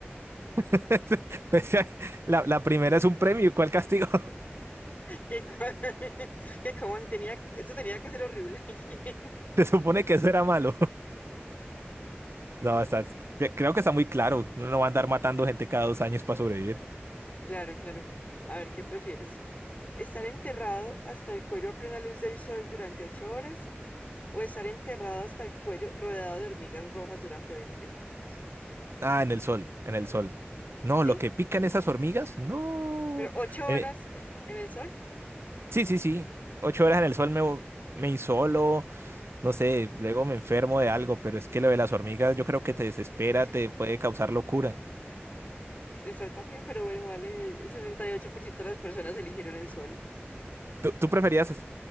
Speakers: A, on the right; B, on the left.
A: <laughs> Pues, La, la primera es un premio, ¿cuál castigo?
B: Que, co- <laughs> que como si tenía, eso tenía que ser horrible. <laughs>
A: <laughs> Se supone que eso era malo. No, está, cre- creo que está muy claro. Uno no va a andar matando gente cada dos años para sobrevivir.
B: Claro, claro. A ver, ¿qué prefieres? ¿Estar enterrado hasta el cuello a plena luz del sol durante ocho horas o estar enterrado hasta el cuello rodeado de hormigas rojas durante 20 minutos?
A: Ah, en el sol, en el sol. No,
B: ¿Sí?
A: lo que pican esas hormigas, no.
B: Pero ocho horas
A: Eh,
B: eh, en el sol.
A: sí, sí, sí. Ocho horas en el sol me, me insolo, no sé, luego me enfermo de algo, pero es que lo de las hormigas yo creo que te desespera,
B: <laughs>
A: te puede causar locura.
B: El sol también, pero bueno, vale. El 78% de las personas eligieron el sol.
A: ¿Tú, tú preferías es-